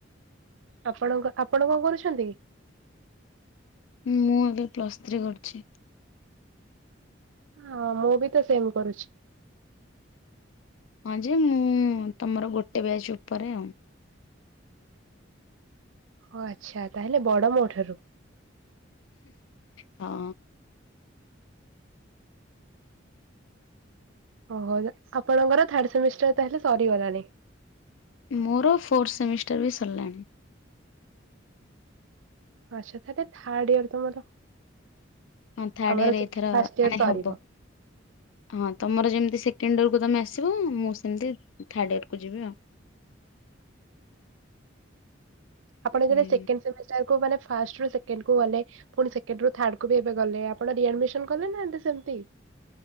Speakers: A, on the right; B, on the left.
A: ଆପଣଙ୍କ ଆପଣ କଣ କରୁଛନ୍ତି?
B: ମୁଁ ଏବେ ପ୍ଲସ୍ ଥ୍ରୀ କରୁଚି।
A: ଅଁ ମୁଁ ବି ତ ସେମ୍ କରୁଚି।
B: ହଁ ଯେ ମୁଁ ତମର ଗୋଟେ ବ୍ୟାଚ୍ ଉପରେ ଆଉ।
A: ଓ ଆଚ୍ଛା। ତାହେଲେ ବଡ ମୋ ଠାରୁ।
B: ହଁ।
A: ଓହୋ। ଆପଣଙ୍କର ଥାର୍ଡ ସେମିଷ୍ଟର ତାହେଲେ ସରିଗଲାଣି?
B: ମୋର ଫୋର୍ଥ ସେମିଷ୍ଟର ବି ସରିଲାଣି।
A: ଆଚ୍ଛା ତାହେଲେ ଥାର୍ଡ ଇୟର ତମର।
B: ହଁ ଥାର୍ଡ
A: ଆମର
B: ଇୟର ଏଇଥର
A: ଫାଷ୍ଟ
B: ମାନେ
A: ଇୟର ସରିବ।
B: ହବ। ହଁ ତମର ଯେମିତି ସେକେଣ୍ଡ ଇୟରକୁ ତମେ ଆସିବ ମୁଁ ସେମିତି ଥାର୍ଡ଼ ଇୟରକୁ ଯିବି ଆଉ।
A: ଆପଣ ଯେତବେଳେ
B: ହୁଁ
A: ସେକେଣ୍ଡ ସେମିଷ୍ଟାର୍ କୁ ମାନେ ଫାଷ୍ଟ ରୁ ସେକେଣ୍ଡ କୁ ଗଲେ ପୁଣି ସେକେଣ୍ଡ ରୁ ଥାର୍ଡ କୁ ବି ଏବେ ଗଲେ, ଆପଣ ରିଆଡ଼ମିସନ୍ କଲେ ନା ଏଟା ସେମତି?